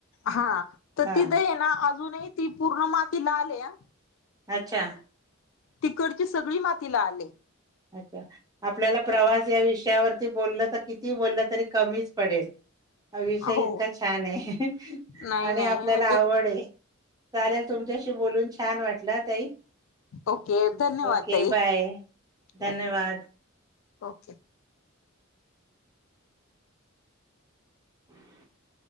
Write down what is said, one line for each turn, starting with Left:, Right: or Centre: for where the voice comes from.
Left: हा तर
Right: हा
Left: ती तेथे हे ना अजूनही ती पूर्ण मातीला लाल..
Right: अच्या
Left: तिकडची सगळी मातीला लाल हे.
Right: अच्छा आपल्याला प्रवास या विषयावरती बोललं तर किती बोललं तरी कमीच पडेल.. अ विषय
Left: हो
Right: इतका छान आहे
Left: नाही
Right: आणि
Left: नाही
Right: आपल्याला
Left: म्हणजे
Right: आवड आहे... चालेल तुमच्याशी बोलून छान वाटला तई...
Left: ओके धन्यवाद
Right: ओके
Left: ताई
Right: बाय धन्यवाद
Left: बाय ओके..
Right: <unintelligible>